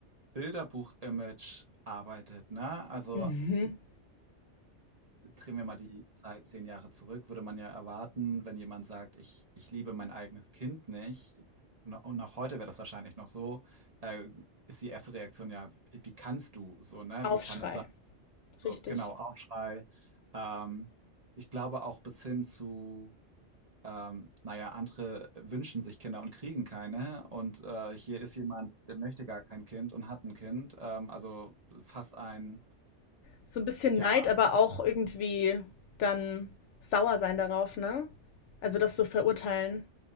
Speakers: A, on the right; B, on the left.
A: Bilderbuch-Image arbeitet, ne? Also
B: Mhm.
A: drehen wir mal die Zeit zehn Jahre zurück, würde man ja erwarten, wenn jemand sagt, ich, ich liebe mein eigenes Kind nicht, und und auch heute wäre das wahrscheinlich noch so, äh, ist die erste Reaktion ja, wie kannst du so, ne?
B: Aufschrei,
A: Wie kann es sein? So,
B: richtig.
A: genau, Aufschrei. Ähm, ich glaube auch bis hin zu, ähm, naja, andere wünschen sich Kinder und kriegen keine. Und äh, hier ist jemand, der möchte gar kein Kind und hat ein Kind. Ähm, also fast ein,
B: So ein bisschen
A: ja,
B: Neid, aber auch irgendwie dann sauer sein darauf, ne? Also das so verurteilen.